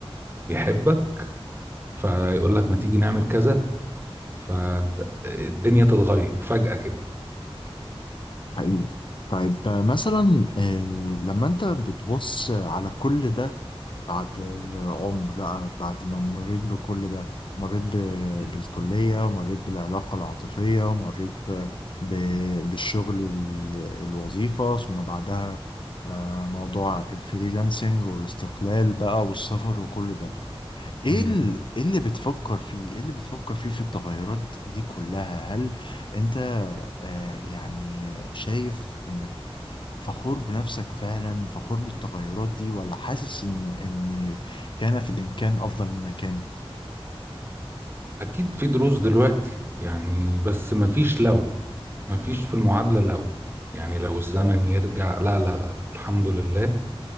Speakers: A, on the right; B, on the left.
A: يحبك فيقول لك ما تيجي نعمل كذا فالدنيا تتغير فجأة كده
B: حقيقي طيب آه، مثلا آه، لما انت بتبص على كل ده بعد آه، عمر بقى بعد ما مريت بكل ده مريت ب-
A: مم.
B: بالكلية ومريت بالعلاقة العاطفية ومريت آه، ب- بالشغل ال- الوظيفة ثم بعدها آه، موضوع الفريلانسنج والاستقلال بقى والسفر وكل ده ايه
A: مم.
B: ال- إيه اللي بتفكر فيه ايه اللي بتفكر فيه في التغيرات دي كلها هل انت آه يعني آه، شايف انك فخور بنفسك فعلا فخور بالتغيرات دي ولا حاسس ان ان كان في الامكان افضل مما كان
A: اكيد في دروس دلوقتي يعني بس ما فيش لو ما فيش في المعادلة لو يعني لو الزمن يرجع لا لا لا الحمد لله